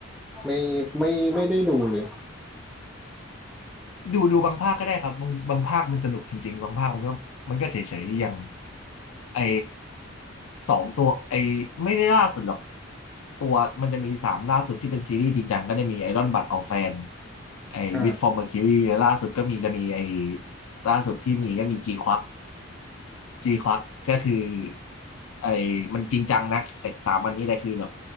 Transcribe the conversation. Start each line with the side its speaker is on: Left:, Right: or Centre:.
Centre: ไม่ไม่ไม่ได้ดูเลย
Left: ดูดูบางภาคก็ได้ครับบางบางภาคมันสนุกจริงๆบางภาคมันก็มันก็เฉยๆอย่าง ไอ้สองตัวไอ้ไม่ได้ล่าสุดหรอกตัวมันจะมีสามล่าสุดที่เป็นซีรีส์จริงจังก็จะมีไอรอนบัดออลแฟนไอ้วิดฟอร์มเมอร์คิวรีล่าสุดก็มีจะมีไอ้
Centre: อ่า
Left: ล่าสุดที่มีก็มีจีควักจีควักก็คือไอ้มันจริงจังนะแต่สามอันนี้แต่คือแบบ